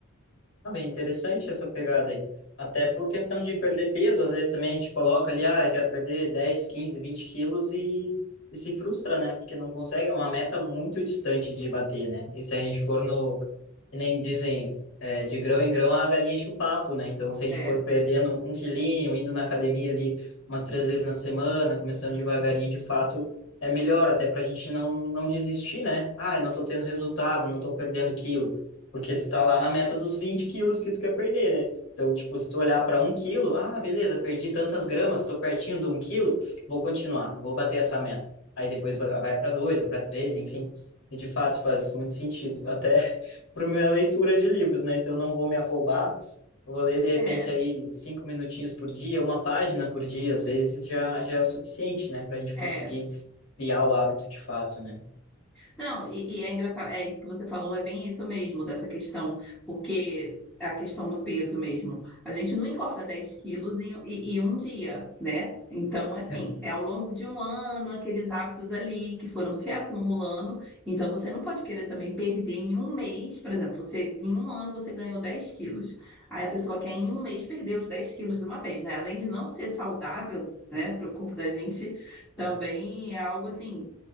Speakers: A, on the left; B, in the centre.
A: Ah, bem interessante essa pegada aí. Até por questão de perder peso, às vezes também a gente coloca ali, ah, eu quero perder 10 15 20 quilos e, e se frustra, né? Porque não consegue, é uma meta muito distante de bater, né? E se a gente for no, que nem dizem, é, de grão em grão a galinha enche o papo, né? Então, se a gente
B: É,
A: for perdendo um quilinho, indo na academia ali umas três vezes na semana, começando devagarinho, de fato, é melhor, até para a gente não, não desistir, né? Ah, eu não tô tendo resultado, não tô perdendo quilo. Porque tu tá lá na meta dos 20 quilos que tu quer perder, né? Então, tipo, se tu olhar para um quilo, ah, beleza, perdi tantas gramas, tô pertinho de um quilo, vou continuar, vou bater essa meta. Aí depois vai, vai para dois, vai para três, enfim. E de fato faz muito sentido, até <laughs> para minha leitura de livros, né? Então, não vou me afobar, vou ler de repente
B: é,
A: aí cinco minutinhos por dia, uma página por dia, às vezes já, já é o suficiente, né? Para a gente
B: é.
A: conseguir criar o hábito de fato, né?
B: Não, e, e é engraçado, é isso que você falou, é bem isso mesmo, dessa questão, porque a questão do peso mesmo. A gente não engorda 10 quilos em, em- em um dia, né? Então, assim,
A: <laughs>
B: é ao longo de um ano, aqueles hábitos ali que foram se acumulando. Então, você não pode querer também perder em um mês, por exemplo, você em um ano você ganhou 10 quilos. Aí a pessoa quer em um mês perder os 10 quilos de uma vez, né? Além de não ser saudável, né, para o corpo da gente. Também
A: É.
B: é algo assim